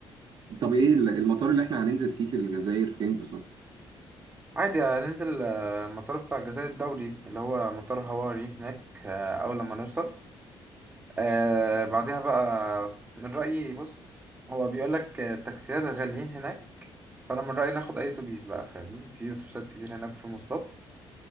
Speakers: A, on the right (about 55°); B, on the right (about 15°).
A: طب ايه المطار اللي احنا هننزل فيه في الجزائر فين بالظبط
B: عادي هننزل آه، المطار بتاع الجزائر الدولي اللي هو مطار هواري هناك آه، أول لما نوصل آه، بعدها بقى من رأيي بص هو بيقول لك التاكسيات غاليين هناك فأنا من رأيي ناخد أي أتوبيس بقى فاهمني في أتوبيسات كتير هناك في مواصلات